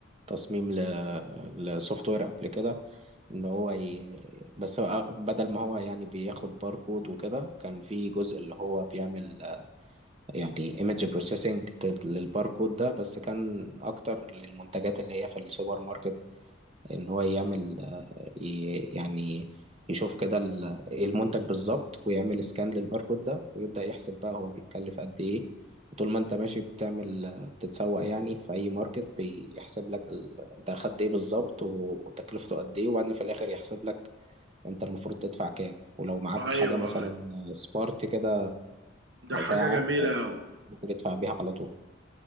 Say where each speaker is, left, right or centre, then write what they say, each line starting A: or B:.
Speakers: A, on the right; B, on the right.
A: تصميم ل- لسوفت وير قبل كده ان هو ي... بس هو بدل ما هو يعني بياخد باركود وكده كان في جزء اللي هو بيعمل آه، يعني ايمج بروسيسنج للباركود ده بس كان اكتر للمنتجات اللي هي في السوبر ماركت ان هو يعمل آه، ي... يعني يشوف كده ال- المنتج بالظبط ويعمل سكان للباركود ده ويبدأ يحسب بقى هو بيتكلف قد ايه وطول ما انت ماشي بتعمل آه، بتتسوق يعني في اي ماركت بيحسب لك ال... انت اخدت ايه بالظبط و- وتكلفته قد ايه وبعدين في الاخر يحسب لك انت المفروض تدفع كام ولو معاك
B: ايوه
A: حاجة مثلا سبارت كده
B: ده حاجة
A: ساعة
B: جميلة أوي
A: ممكن تدفع بيها على طول